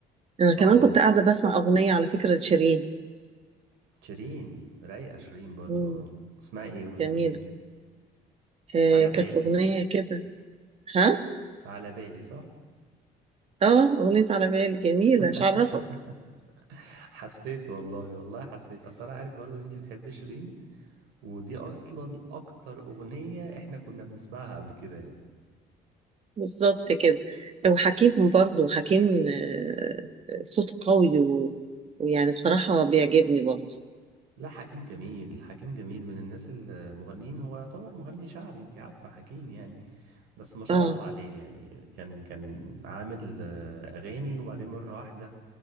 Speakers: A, on the right (about 40°); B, on the right (about 90°).
A: أنا كمان
B: اه
A: كنت قاعدة بسمع أغنية على فكرة لشيرين
B: شيرين رايقه شيرين برضو
A: مم.
B: اه تسمعي ايه اغنيه
A: جميلة
B: ايه
A: آه،
B: على
A: كانت
B: بالي
A: أغنية كده ها؟
B: على بالي صح
A: آه أغنية على بالي جميلة
B: <laughs>
A: مش عرفك
B: حسيت والله والله حسيت اصل انا عارف برضو ان انتي بتحبي شيرين ودي اصلا اكتر اغنيه احنا كنا بنسمعها قبل كده يعني.
A: بالظبط كده وحكيم برضه حكيم آه، صوته قوي و- ويعني بصراحة بيعجبني برضه
B: لا حكيم جميل حكيم جميل من الناس المغنيين هو يعتبر مغني شعبي انت عارفة حكيم يعني بس ما شاء
A: آه
B: الله عليه يعني كان كان عامل آه، أغاني وبعدين مرة واحدة